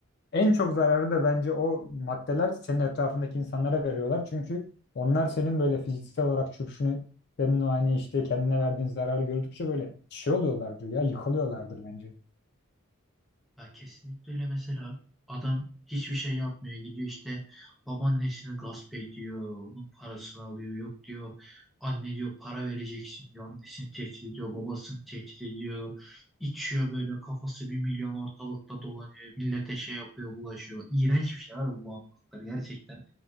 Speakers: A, on the left; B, in the centre.
A: en çok zararı da bence o maddeler senin etrafındaki insanlara veriyorlar çünkü onlar senin böyle fiziksel olarak çöküşünü senin o hani işte kendine verdiğin zararı gördükçe böyle şey oluyorlardır ya yıkılıyorlardır bence.
B: Ya kesinlikle öyle mesela adam hiçbir şey yapmıyor gidiyor işte babaannesini gasp ediyor onun parasını alıyor yok diyor anne diyor para vereceksin diyor annesini tehdit ediyor babasını tehdit ediyor içiyor böyle kafası bir milyon ortalıkta dolanıyor millete şey yapıyor bulaşıyor iğrenç bir şey var bu bağımlılıklar gerçekten